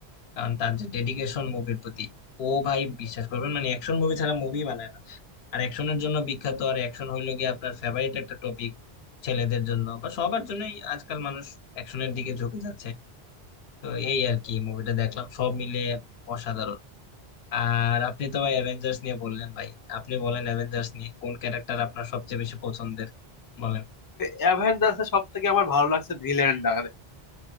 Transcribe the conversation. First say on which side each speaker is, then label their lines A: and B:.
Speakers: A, on the left (about 75°); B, on the left (about 25°).
A: কারণ তার যে ডেডিকেশন মুভির প্রতি ও ভাই বিশ্বাস করবেন মানে অ্যাকশন মুভি ছাড়া মুভি বানায় না আর অ্যাকশনের জন্য বিখ্যাত আর অ্যাকশন হইলো গিয়ে আপনার ফেভারিট একটা টপিক ছেলেদের জন্য বা সবার জন্যই আজকাল মানুষ অ্যাকশনের দিকে ঝুঁকে যাচ্ছে তো এই আর কি মুভিটা দেখলাম সব মিলে অসাধারণ আর আপনি তো ভাই অ্যাভেঞ্জার্স নিয়ে বললেন ভাই আপনি বলেন অ্যাভেঞ্জার্স নিয়ে কোন ক্যারেক্টার আপনার সবচেয়ে বেশি পছন্দের বলেন
B: অ্যাভেঞ্জার্স এ সব থেকে আমার ভালো লাগছে ভিলেনটা